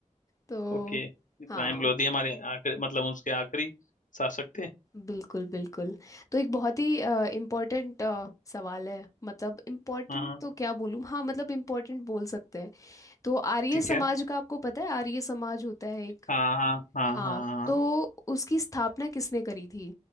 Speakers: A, on the left; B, on the left.
A: तो
B: ओके इब्राहिम
A: हाँ
B: लोधी हमारे आखिरी मतलब उसके आखिरी शासक थे
A: बिल्कुल बिल्कुल तो एक बहुत ही इम्पोर्टेंट सवाल है मतलब इम्पोर्टेंट
B: हाँ हाँ
A: तो क्या बोलूँ हाँ मतलब इम्पोर्टेंट बोल सकते हैं तो आर्य
B: ठीक
A: समाज
B: है
A: का आपको पता है आर्य समाज होता है एक
B: हाँ हाँ हाँ
A: हाँ
B: हाँ हाँ
A: तो उसकी स्थापना किसने करी थी